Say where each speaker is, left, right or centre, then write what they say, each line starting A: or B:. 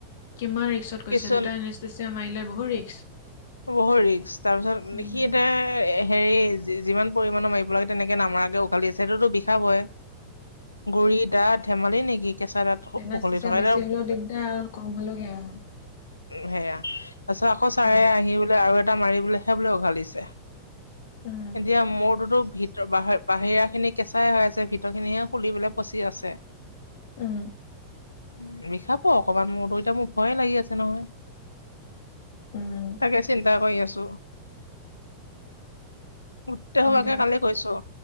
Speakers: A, on the left; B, on the left.
A: কিমান ৰিক্সত কৈছে
B: কিছুমান
A: দুটা এন এছচিয়া মাৰিলে বহু ৰিক্স।
B: বহুত ৰিক্স তাৰপিছত
A: উম
B: সি এয়া এ হেৰি যিমান পৰিমাণৰ মাৰিব লাগে তেনেকে নামাৰাকে উখালি দিছে। সেইটোতো বিষাব বয় গুৰি দাঁত ধেমালি নেকি? কেঁচা দাঁত
A: এন এছচিয়া
B: উঘলি থকা
A: বেছি
B: এতিয়া
A: হলেও দিগদাৰ আৰু কম হলেও সেয়া হয়।
B: সেয়া তাৰ পিছত আকৌ ছাৰে
A: উম
B: আহি বোলে আৰু এটা মাৰি বোলে সেই বোলে উঘালিছে। এতিয়া
A: উম
B: মোৰতো ত ভিতৰ ব বাহিৰা খিনি কেঁচাই হৈ আছে ভিতৰ খিনিহে খুলিবলে পচি আছে।
A: উম
B: উ বিষাব অকমান মোৰতো এতিয়া মোৰ ভয়ে লাগি আছে নহয়।
A: উম
B: তাকে চিন্তা কৰি আছো। গোটেইসোপাকে
A: হয় দিয়া
B: কালি কৈছো।